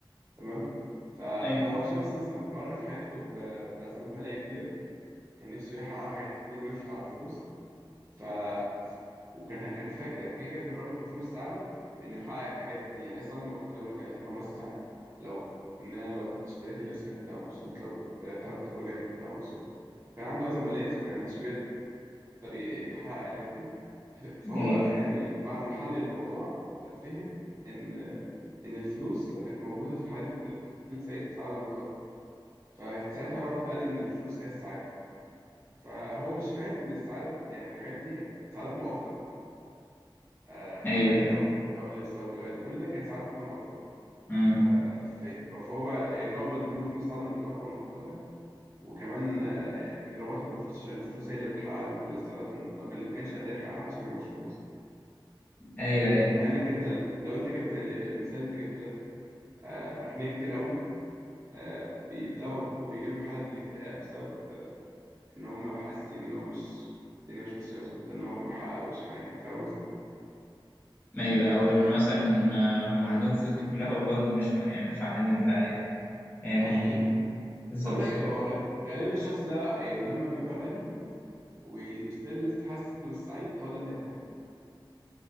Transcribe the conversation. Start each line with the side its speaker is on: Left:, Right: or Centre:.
Right: تمام فهو
Left: ايوه
Right: شخص مثلا مر في حياته ب- بأزمات مالية كبيرة كان نفسه يحقق حاجات كتير وقفت على الفلوس ف وكان كان فاكر اوكي كده قربت مفهوم السعاده بانه يحقق الحاجات دي اللي هي السعاده المؤقته اللي بقول لك عليها ان هو مثلا لو ان انا لو كنت اشتريت اللبس ده كنت هبقى مبسوط لو كنت خرجت الخروجه دي كنت هبقى مبسوط وكان عنده ازمه ماليه فكانش بيقدر يحقق الحاجات دي فهو
Left: ايوه
Right: يعني بعد ما حلل الموضوع فهم ان ان الفلوس لو كانت موجوده في الحاجات دي كلها كنت هبقى سعيد سعاده مطلقه فساعتها رابط قال ان الفلوس هي السعاده فهو مش فاهم ان السعاده يعني الحاجات دي كانت سعادات مؤقته آه، الأكل
Left: ايوه ايوه
Right: أو الخروج أو اللبس أو الجواز كل ده كان سعادة مؤقتة
Left: أمم.
Right: ف... ففي... فهو بقى يعني لخبط بين مفهوم السعادة المطلقة والمؤقتة وكمان آه، ربطها بالفلوس عشان الفلوس هي اللي بتحقق له كل السعادات المطلقة اللي ما كانش قادر يحققها عشان معهوش فلوس
Left: ايوه ايوه
Right: مع إنك أنت ال- لو أنت جبت ال- المثال اللي أنت جبته ده آه، أغنياء كتير قوي آه، بيبدأوا بيجي لهم حالة من الاكتئاب بسبب آه، إن هم حاسين إن هو مش الدنيا مش ماشية مظبوطة إن هو ما حققوش حاجة فاهم قصدي؟
Left: ايوه او ان مثلا آه، هم عندهم الفلوس دي كلها وبرضه مش فا- يعني مش فرحانين فا يعني
Right: <laughs>
Left: بالظبط
Right: هقول لك هو غ- غالبا الشخص ده يعني لما بيبقى غني وستيل لسه حاسس ان السعيد هو ده اللي هينتحر